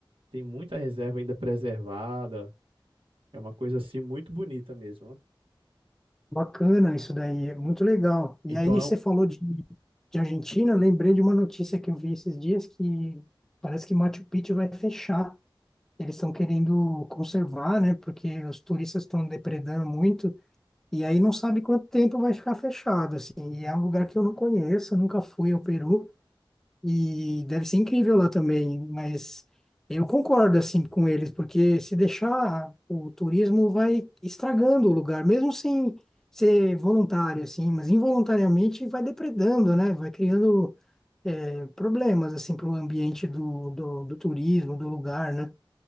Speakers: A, on the right (about 80°); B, in the centre.
A: Tem muita reserva ainda preservada. É uma coisa assim muito bonita mesmo. ó.
B: Bacana isso daí, é muito legal. E
A: Então,
B: aí
A: é
B: você falou de, de Argentina, eu lembrei de uma notícia que eu vi esses dias que parece que Machu Picchu vai fechar. Eles estão querendo conservar, né? Porque os turistas estão depredando muito e aí não sabe quanto tempo vai ficar fechado, assim. E é um lugar que eu não conheço, eu nunca fui ao Peru. E deve ser incrível lá também, mas eu concordo assim com eles, porque se deixar o turismo vai estragando o lugar, mesmo sem ser voluntário assim, mas involuntariamente vai depredando, né? Vai criando eh, problemas assim para o ambiente do, do, do turismo, do lugar, né?